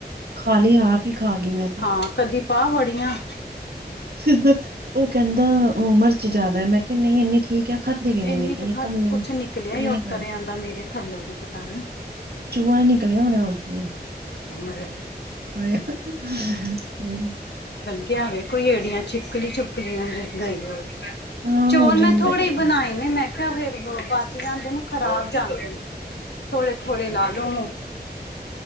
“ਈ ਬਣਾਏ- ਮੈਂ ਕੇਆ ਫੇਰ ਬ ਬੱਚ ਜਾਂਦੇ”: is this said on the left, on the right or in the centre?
Left